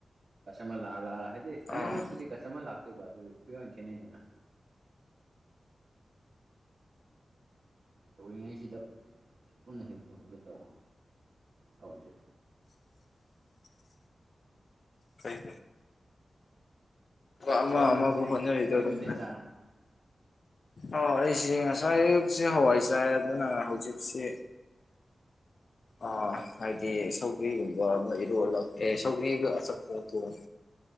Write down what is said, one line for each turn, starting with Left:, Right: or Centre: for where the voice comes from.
Right: ꯑꯁ ꯃ ꯂ ꯑ ꯂ ꯍꯥꯏꯗꯤ ꯑꯅꯩꯃꯛꯄꯨꯗꯤ
Left: ꯑꯥ
Right: ꯀꯁꯇꯃꯔ ꯂꯥꯛꯇꯣꯏꯕ ꯑꯗꯨ ꯐꯌꯣꯟ ꯈꯦꯠꯅꯩꯗꯅꯅ ꯇꯧꯔꯤꯉꯩꯁꯤꯗ ꯄꯨꯟꯅ ꯍꯦꯛ ꯇꯧꯍꯟꯒꯦ ꯇꯧꯕ ꯇꯧꯔꯤꯁꯦ
Left: <unintelligible> ꯐꯣꯏ ꯑꯃ
Right: ꯀꯔꯤ
Left: ꯑꯃꯕꯨ
Right: ꯀꯔꯤ
Left: ꯍꯣꯠꯅꯔꯤꯗꯣ
Right: ꯀꯔꯤ
Left: ꯑꯗꯨꯝ
Right: ꯃꯊꯦꯜ
Left: ꯐ
Right: ꯆꯥꯔꯝ
Left: ꯑꯣ ꯑꯩꯁꯤꯦ ꯉꯁꯥꯏ ꯑꯌꯨꯛꯁꯤ ꯍꯋꯥꯏ ꯆꯥꯏ ꯑꯗꯨꯅ ꯍꯧꯖꯤꯛꯁꯤ ꯑ ꯍꯥꯏꯗꯤ ꯁꯧꯕꯒ꯭ꯔꯤꯒꯨꯝꯕ ꯃꯩꯔꯣꯜꯂ ꯑꯦ ꯁꯧꯕꯔꯤꯒ ꯑꯆꯄꯣꯣ ꯂꯣꯟ